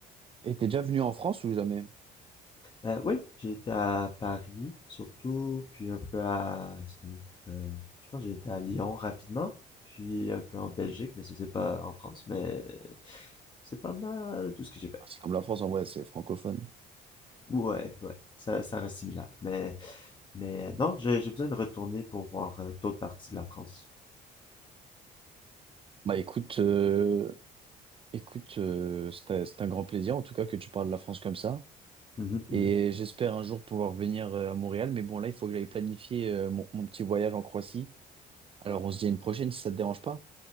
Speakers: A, on the right; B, on the left.
A: t'es déjà venu en France ou jamais?
B: Euh, oui, j'ai été à Paris, surtout, puis un peu à... C'était où? Euh, je pense que j'ai été à Lyon rapidement, puis un peu en Belgique, mais ça c'est pas en France, mais c'est pas mal tout ce que j'ai fait.
A: Ah, C'est comme la France en vrai, c'est francophone.
B: Ouais, ouais, ça, ça reste similaire. Mais, mais euh, non, j'ai j'ai besoin de retourner pour voir euh, d'autres parties de la France.
A: Bah écoute, euh, écoute, euh, c'est un c'est un grand plaisir en tout cas que tu parles de la France comme ça.
B: Mhm, mhm.
A: Et j'espère un jour pouvoir venir euh, à Montréal. Mais bon, là, il faut que j'aille planifier euh, mon, mon petit voyage en Croatie. Alors on se dit à une prochaine si ça te dérange pas.